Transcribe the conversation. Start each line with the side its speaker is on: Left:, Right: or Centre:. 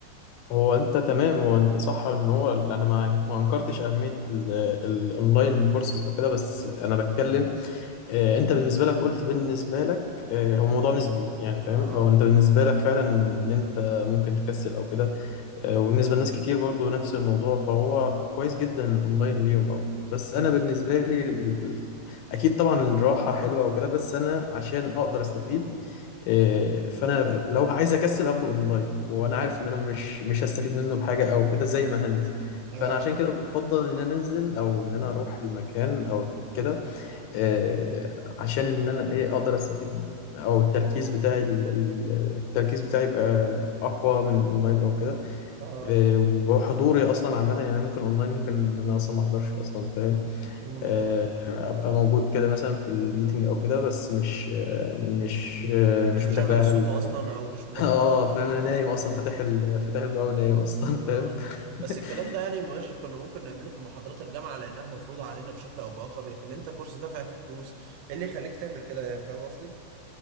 Left: هو انت تمام هو انت صح ان هو انا ما ما انكرتش اهميه ال- الاونلاين كورسز او كده بس
Right: اه
Left: انا بتكلم آه، انت بالنسبه لك قلت بالنسبه لك آه، هو موضوع نسبي يعني فاهم
Right: اه
Left: هو انت بالنسبه لك فعلا ان انت ممكن تكسل او كده آه، وبالنسبة لناس كتير برضو نفس الموضوع فهو كويس جدا اونلاين ليهم او كده بس
Right: اه
Left: انا بالنسبة لي ال- اكيد طبعا الراحة حلوة وكده بس انا عشان اقدر استفيد آه، فانا لو عايز اكسل اخده اونلاين وانا
Right: مم.
Left: عارف ان انا مش مش هستفيد منه بحاجة او كده زي ما هنزل
Right: اه
Left: فانا عشان كده بفضل ان انا انزل او ان انا اروح المكان او كده آه، عشان ان انا ايه اقدر استفيد او التركيز بتاعي ال- ال- التركيز بتاعي يبقى اقوى من الاونلاين او كده
Right: اه
Left: آه، وحضوري اصلا عامه يعني ممكن اونلاين ممكن ان انا اصلا ما احضرش اصلا فاهم
Right: مم.
Left: آه، ابقى موجود كده مثلا في الميتنج او كده بس مش آه، مش آه،
Right: مش
Left: مش
Right: مشغل
Left: متفاعل
Right: الصوت أصلا
Left: أو-
Right: أو مش مركز
Left: <laughs> اه
Right: معاه
Left: فاهم
Right: اه آه.
Left: انا نايم اصلا فاتح ال- فاتح البتاع ونايم اصلا فاهم
Right: اه
Left: <laughs>
Right: بس الكلام ده يعني ماشي كنا ممكن نعمله في محاضرات الجامعة لأنها مفروضة علينا بشكل أو بآخر لكن أنت كورس دافع فيه فلوس إيه اللي يخليك تعمل كده يعني فاهم قصدي؟